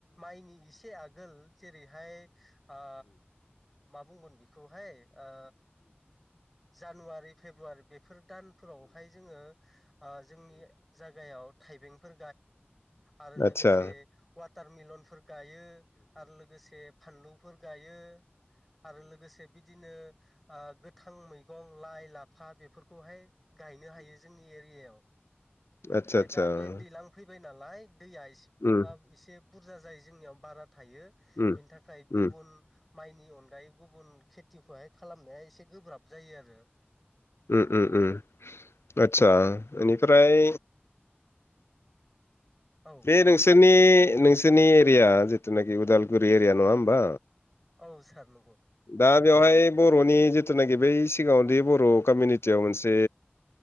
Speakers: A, in the centre; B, on the left.
A: माइनि इसे आ गोल जेरैहाय ओ मा बुंगोन बेखौहाय ओ जानुवारि फेब्रुवारि बेफोर दानफोरावहाय जोङो ओ जोंनि जायगायाव थाइ- बेंफोर आरो
B: आतसा
A: लोगोसे वाटारमलनफोर गायो आरो लोगोसे फानलुफोर गायो। आरो लोगोसे बिदिनो ओ गोथां। मैगं लाइ लाफा बेफोरखौहाय गायनो हायो जोंनि एरियायाव
B: आतसा
A: ओमफ्राय
B: आतसा
A: दा बे दैज्लां फैबाय नालाय दैया एसे
B: उम
A: एसे बुरजा जायो जोंनियाव बारा। थायो
B: उम
A: बेनि थाखाय गुबुन
B: उम
A: माइनि अनगायै गुबुन खेथिखौहाय खालामनाया एसे गोब्राब जायो आरो
B: उम उम उम आतसा इनिफ्राय
A: औ
B: बे नोंसोरनि नोंसोरनि एरिया जिथुनाखि उदालगुरि एरिया नङा होमबा
A: औ सार नगौ
B: दा बेवहाय बर'नि जिथुनाखि बै सिगाङावदि बर' कमिउनिटियाव मोनसे